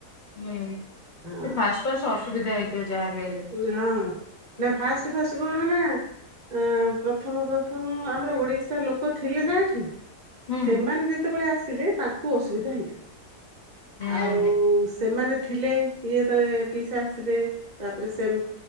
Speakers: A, on the left (about 45°); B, on the right (about 30°).
A: ହୁଁ
B: ହଁ
A: ଫାସ ଫାସ ଅସୁବିଧା ହେଇଥିବ ଯାହା ବି ହେଲେ।
B: <unintelligible> ନାଁ ଫାଷ୍ଟ ଫାଷ୍ଟ କଣ ନାଁ। ଏଁ ପ୍ରଥମ ପ୍ରଥମ ଆମର ଓଡିଶା ଲୋକ ଥିଲେ ନାଁ ଏଠି?
A: ହୁଁ
B: ସେମାନେ ଯେତେବେଳେ ଆସିଲେ ତାଙ୍କୁ ଅସୁବିଧା ହେଇଥିବ।
A: ହୁଁ
B: ଆଉ ସେମାନେ ଥିଲେ ଇଏତ ପିଇସା ଆସିବେ। ତାପରେ ସେମ୍